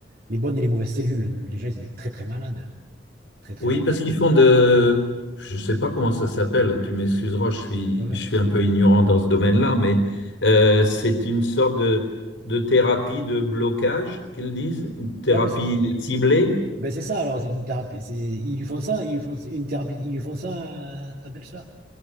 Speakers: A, on the right; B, on the left.
A: Les bonnes et les mauvaises cellules. Donc, les gens, ils étaient très, très malades. Très, très
B: oui,
A: malades.
B: parce qu'ils font de, je sais pas comment ça s'appelle, tu m'excuseras, je suis,
A: Ouais, ouais.
B: je suis un peu ignorant dans ce domaine-là, mais euh, c'est une sorte de, de thérapie de blocage, qu'ils disent, une thérapie
A: Ouais, mais c'est
B: ciblée.
A: ben, c'est ça, alors, c'est une thérapie. C'est, ils lui font ça, ils lui font, c'est une thérapie, ils lui font ça, euh, t'appelles ça?